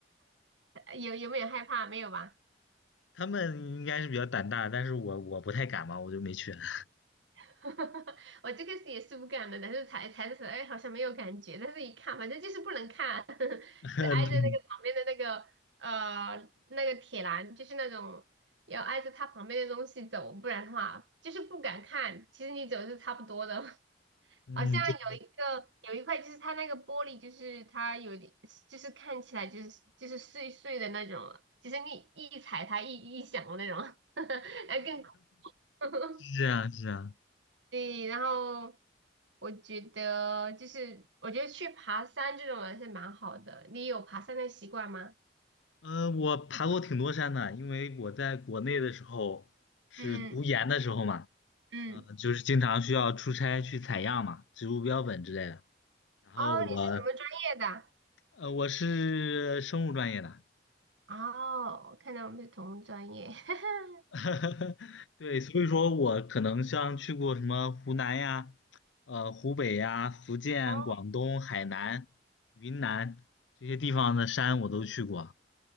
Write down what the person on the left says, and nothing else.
他们应该是比较胆大，但是我我不太敢嘛，我就没去。<laughs>
嗯，
嗯对，
是这样，
是这样。
呃，我爬过挺多山的，因为我在国内的时候是读研的时候嘛。
嗯，就是经常需要出差去采样嘛，植物标本之类的。然后我，
呃，我是生物专业的，
<laughs> 对，所以说我可能像去过什么湖南呀、呃湖北呀、福建、
广东、海南、云南这些地方的山我都去过，